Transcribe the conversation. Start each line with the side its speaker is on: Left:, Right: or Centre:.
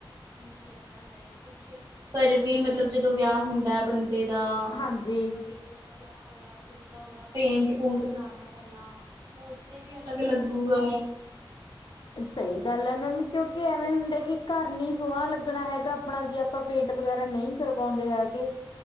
Right: ਜੀ ਐ ਤਾ ਹੈ ਹੀ ਕੁਛ ਘਰ ਵੀ ਮਤਲਬ ਜਦੋਂ ਵਿਆਹ ਹੁੰਦਾ ਹੈ ਬੰਦਾ ਦਾ
Left: ਹਾਂਜੀ
Right: ਜਿੱਦਾਂ ਬੇੇਟੇ ਦਾ ਵਿਆਹ ਹੋਇਆ ਕੁੜੀ ਦਾ ਹੋਇਆ ਪੇਂਟ-ਪੂਂਟ ਕਰਾਣਾ ਪੈਲਾਂ ਹੋਰ ਤੇ ਵੀ ਅਲੱਗ ਲੱਗੂ ਗਾ।
Left: ਸਈ ਗੱਲ ਐ ਮੈਮ ਕਿਉਂਕਿ
Right: ਉਹ
Left: ਐਵੇਂ
Right: ਦੇਖਣਾ
Left: ਹੁੰਦਾ
Right: ਪੈਂਦਾ
Left: ਕਿ ਘੱਰ ਨੀ ਸੋਹਣਾ ਲੱਗਣਾ ਹੈਗਾ ਅਪਣਾ ਜੇ ਆਪਾਂ ਪੇਂਟ ਵਗੈਰਾ ਨਹੀ ਕਰਵਾਉਂਦੇ ਹੈਗੇ।